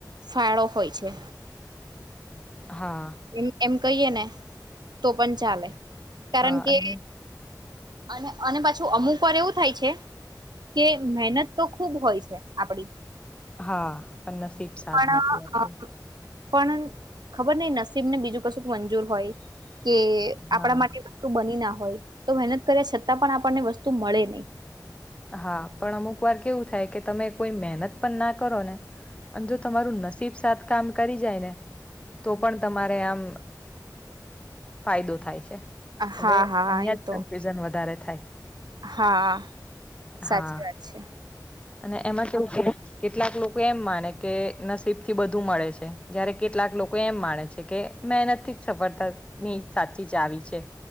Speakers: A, on the right; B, on the left.
A: ફાળો હોય છે.
B: હા
A: એ એમ કહીએ ને તો પણ ચાલે કારણ
B: હા
A: કે
B: અને
A: અને અને પાછું અમુક વાર એવું થાય છે. કે મહેનત તો ખુબ હોય છે આપડી.
B: હા પણ નસીબ સાદ
A: પણ
B: નથી આપતો.
A: પણ ખબર નહીં નસીબ ને બીજું કશું મંજૂર હોય. કે આપણા
B: હા
A: માટે વસ્તુ બની ના હોય તો મહેનત કર્યા છતાં પણ આપણને વસ્તુ મળે નહી.
B: હા પણ અમુક વાર કેવું થાય કે તમે કોઈ મહેનત પણ ના કરો ને અને જો તમારું નસીબ સાથ કામ કરી જાય ને તો પણ તમારે આમ એ તો થાય છે હવે
A: હા હા
B: અહીજ
A: એ તો
B: કફ્યુઝન વધારે થાય
A: હા
B: હા
A: સાચી વાત છે
B: અને એમાં કેવું કે કેટલાક લોકો એમ માને કે નસીબ થી બધું મળે છે જયારે કેટલાક લોકો એમ માને છે કે મહેનત થી જ સફળતા ની સાચી જ આવી છે